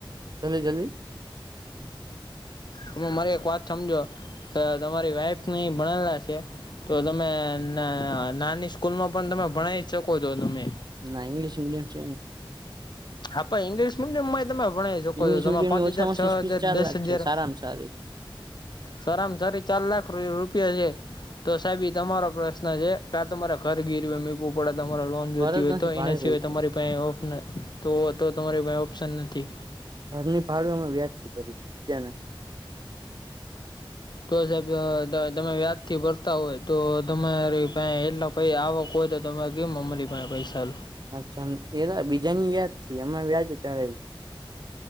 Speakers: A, on the right; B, on the left.
A: જલ્દી જલ્દી.
B: તમે મારી એક વાત સમજો, કે તમારી વાઈફ નહી ભણેલા છે, તો તમે ના નાની સ્કૂલ માં પણ તમે ભણાવ શકો છો તમે.
A: ના ઇંગ્લીશ મિયમ શ
B: આપ ઇંગ્લશ મડિયમમાં તમે ભણ છે. જોકો
A: ઇંગ્લિશ
B: છો તમે
A: મીડિયમની
B: પાંચ
A: ઓછામાં
B: હજાર છ હજાર
A: ઓછી ફીસ ચાર
B: દસ
A: લાખ છે
B: હજાર.
A: સારામાં સારી
B: સરામ સારી ચાર લાખ રૂપિયા છે. તો સાહેબ એ તમારો પ્રશ્ન છે ક્યા તમારે ઘર ગીરવે મીકુ ડા તમારા લોન જોતી
A: ભારત
B: હોય
A: નથી
B: તો
A: ભાડે
B: એના સિવાય
A: રહી છે
B: તમારી પા ઓફ તો તો તમારી ભાઈ ઓપ્શન નથી.
A: ઘર ની ભાડું અમે વ્યાજ થી ભર્યું જ્યાને.
B: તો સાહેબ તમે વ્યાજથી ભરતા હોય તો તમારે એટલા ભાઈ આવો કો હોય તો તરે કેમ અમરી પા પૈસા
A: અચ્છા એના બીજાની વ્યાજથી એમમાં વ્યાજ આવે